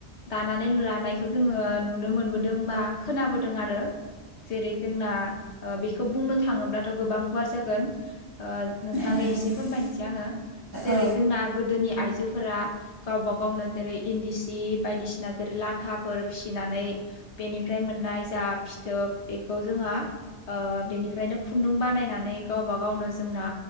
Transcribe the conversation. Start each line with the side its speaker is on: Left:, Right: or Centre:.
Left: दानानै लानायखौ जोंङो नुनो मोनबोदों बा खोनाबोदों आरो। जेरै जोंना ओ बेखौ बुंनो थाङोब्लाथ' गोबां गुवार जागोन। ओ नोंथांनो
Right: नंगौ
Left: एसे
Right: नोंथां
Left: फोरमायनोसै आंङो जेरै
Right: औ
Left: जोंना गोदोनि आइजोफोरा गावबा गावनो जेरै इन्दि सि बायदिसिना जेरै लाथाफोर फिसिनानै बेनिफ्राय मोननाय जा फिथोब बेखौ जोंहा ओ बेनिफ्रायनो खुन्दुं बानायनानै गावबा गावनो जोंना